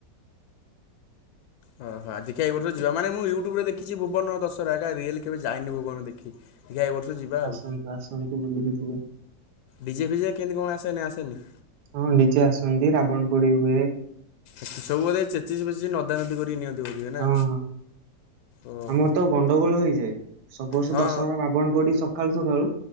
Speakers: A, on the left (about 70°); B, on the right (about 70°).
A: ହଁ ହଁ ଦେଖିବା ଏ ବର୍ଷ ଯିବା ମାନେ ମୁଁ ୟୁଟ୍ୟୁବରେ ଦେଖଛି ଭୁବନ ଦଶହରା ଏକା ରିଏଲ କେବେ ଯାଇନି ଭୁବନ ଦେଖି। ଦେଖିବା ଏ ବର୍ଷ ଯିବା। ଆଉ
B: ଆସନ୍ତୁ ଆସନ୍ତୁ ବୁଲିକି ଯିବେ।
A: ଡିଜେ ଫିଜେ କେମତି କଣ ଆସେ ନା ଆସେନି?
B: ହଁ ଡିଜେ ଆସନ୍ତି ରାବଣ ପୋଡ଼ି ହୁଏ।
A: ସବୁ ବୋଧେ ଚେଚିସ୍ ଫେଚିସ୍ ନଦା ନଦୀ କରିକି ନିଅନ୍ତି? ବୋଧେ ନା
B: ହଁ ହଁ ହଁ।
A: ଓହୋ।
B: ଆମର ତ ଗଣ୍ଡଗୋଳ ହେଇଯାଏ ସବୁ ବର୍ଷ
A: ହଁ
B: ଦଶହରା ରାବଣ ପୋଡ଼ି ସ ସକାଳୁ ସକାଳୁ